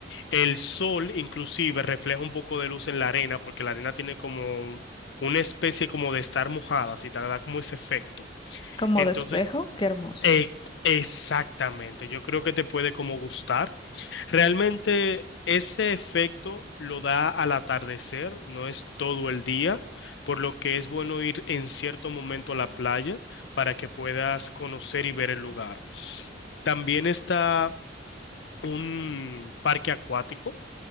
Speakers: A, on the left; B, on the left.
A: El sol inclusive refleja un poco de luz en la arena porque la arena tiene como una especie como de estar mojada, si te da como ese efecto.
B: como
A: Entonces
B: despejo, qué hermoso.
A: e- exactamente, yo creo que te puede como gustar. Realmente ese efecto lo da al atardecer, no es todo el día, por lo que es bueno ir en cierto momento a la playa para que puedas conocer y ver el lugar. También está un parque acuático